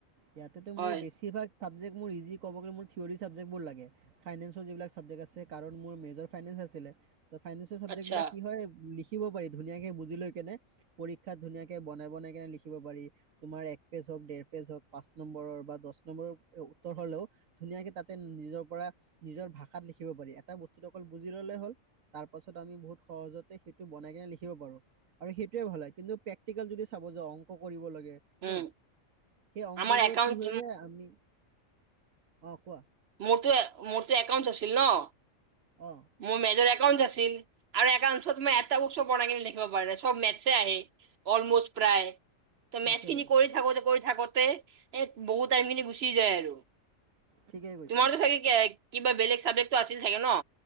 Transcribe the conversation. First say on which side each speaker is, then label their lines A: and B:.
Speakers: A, on the right; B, on the right.
A: ইয়াতেতো
B: হয়
A: মোৰ বেছিভাগ ছাবজেক্ মোৰ ইজি ক'ব' মোৰ থিয়ৰৰি ছাবজেক্ট মোৰ ইজি কব গলে মোৰ থিয়ৰী চাবজেক্ট বোৰ লাগে ফাইনেন্ঞ্চৰ যিবিলাক চাবযেক্ট আছে কাৰন মোৰ মেজৰ ফাইনেন্ঞ্চ <unintelligible> আছিলে। ত ফাইনান্সৰ সাবজেক্ট
B: আচ্ছা
A: বিলাক কি হয় লিখিব পাৰি ধুনীয়াকে বুজি লয় কেনে পৰীক্ষাত ধুনীয়াকে বনাই বনাই কেনে লিখিব পাৰি তোমাৰ এক পেজ হওঁক দেৰ পেজ হওঁক পাঁচ নম্বৰৰ বা দহ নম্বৰৰ হলেও ধুনীয়াকে তাতে নিজৰ পৰা নিজৰ ভাষাত লিখিব পাৰি এটা বস্তুটো অকল বুজি ললে হ'ল তাৰ পাছত আমি বহুত সহজতে সেইটো বনাই কিনে লিখিব পাৰো আৰু সেইটোৱে ভাল হয় কিন্তু প্ৰেক যদি চাব যাও অংক কৰিব লাগে
B: উম
A: ন সেই অংকবোৰত
B: আমাৰ একাউণ্ট
A: কি হৈ যায় আমি অ', কোৱা?
B: মোৰটো মোৰটো একাউন্স আছিল ন
A: অ
B: মোৰ মে একাউঞ্চ আছিল আৰু একাওন্সত মই এটা উৎসৱ বনাই কি লেখিব পাৰ নাই চব মেটছে আহে অলমষ্ট প্ৰায় <unintelligible> ত
A: তাকে
B: মেচ খিনি কৰি থাকোঁতে কৰি থাকোঁতে এ বহুত টাইম খিনি গুচি যায় আৰু
A: ঠিকেই কৈছা।
B: তোমাৰতো থে <unintelligible> কিবা বেলেগ চাবজেক্টটো আছিল থাগে ন